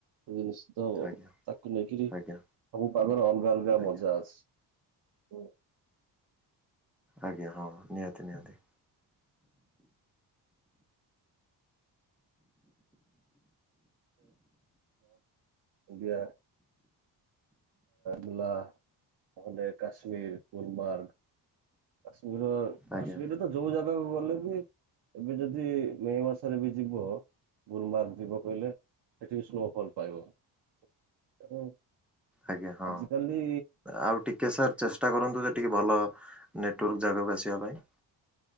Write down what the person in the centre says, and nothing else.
ଆଜ୍ଞା
ଆଜ୍ଞା
ଆଜ୍ଞା।
ଆଜ୍ଞା ହଁ ନିହାତି ନିହାତି।
ଆଜ୍ଞା
ଆଜ୍ଞା ହଁ
ଆଉ ଟି ଟିକେ ସାର୍ ଚେଷ୍ଟା କରନ୍ତୁ ଯେ ଟିକେ ଭଲ ନେଟୱାର୍କ ଜାଗାକୁ ଆସିବା ପାଇଁ।